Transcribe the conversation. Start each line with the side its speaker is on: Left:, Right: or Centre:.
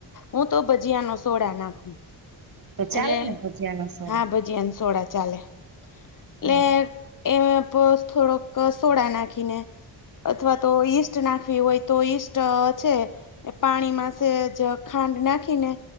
Left: હું તો ભજીયા ન સોડા નાખું.
Right: તો ચાલે
Left: એટલે
Right: ને ભજીયાનો સોડા
Left: હાં ભજીયા એન સોડા ચાલે એટલે.
Right: હા
Left: એ પ થોડોક સોડા નાખીને અથવા તો ઈસ્ટ નાખવી હોય તો ઈસ્ટ છે, એ પાણીમાં સેજ ખાંડ નાખીને